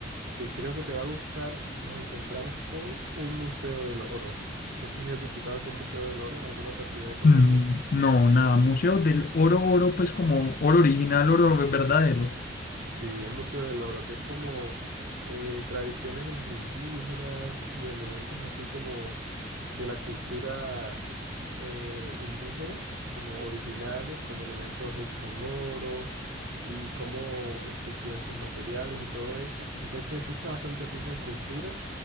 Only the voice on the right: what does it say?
que creo que te va a gustar, nos encontramos con un museo del oro. No sé si has visitado algún museo del oro en alguna otra ciudad de Colombia.
Sí, es Museo del Oro, que es como eh, tradiciones de los indígenas y elementos así como de la cultura eh, indígena, como originales, como elementos hechos en oro y cómo esculpían sus materiales y todo eso. Entonces sí está bastante rico en cultura